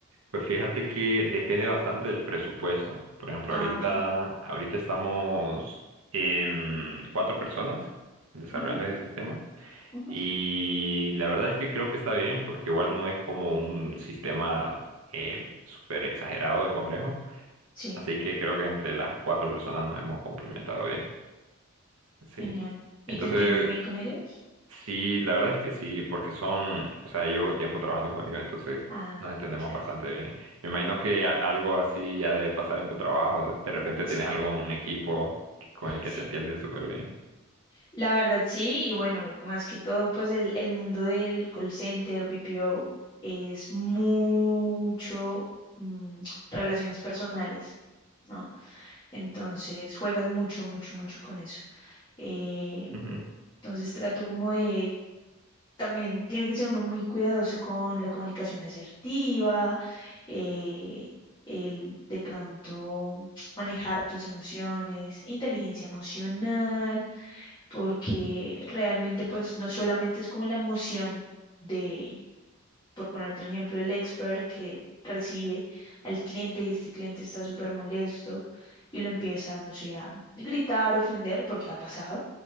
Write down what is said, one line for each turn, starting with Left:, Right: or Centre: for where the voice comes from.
Right: pues fíjate que depende bastante del presupuesto. Por ejemplo,
Left: Ah,
Right: ahorita,
Left: ok.
Right: ahorita estamos en cuatro personas desarrollando
Left: Ujú,
Right: ese sistema.
Left: ujú.
Right: Y la verdad es que creo que está bien, porque igual no es como un sistema eh, súper exagerado de complejo.
Left: Sí,
Right: Así que creo que entre las cuatro personas nos hemos complementado bien. Sí.
Left: genial. ¿Y
Right: Entonces,
Left: te entiendes bien con ellos?
Right: sí, la verdad es que sí, porque son, o sea, llevo tiempo trabajando con ellos, entonces
Left: Ah,
Right: nos entendemos
Left: claro,
Right: bastante bien. Me imagino que a- algo así ya debe pasar en tu trabajo. De de repente
Left: sí,
Right: tienes algún equipo que- con
Left: <laughs>
Right: el
Left: sí.
Right: que te entiendes súper bien.
Left: La verdad sí, y bueno, más que todo, pues el, el mundo del call center, PPO, es mucho mm, relaciones personales, ¿no? Entonces juegas mucho, mucho, mucho con eso. Eh,
Right: Ujú,
Left: entonces trato como de, también tiene que ser uno muy cuidadoso con la comunicación asertiva, eh, el de pronto <tsk> manejar tus emociones, inteligencia emocional porque realmente pues no solamente es como la emoción de, por ponerte un ejemplo, el expert que recibe al cliente y este cliente está súper molesto y lo empieza, no sé, a gritar, ofender, porque ha pasado,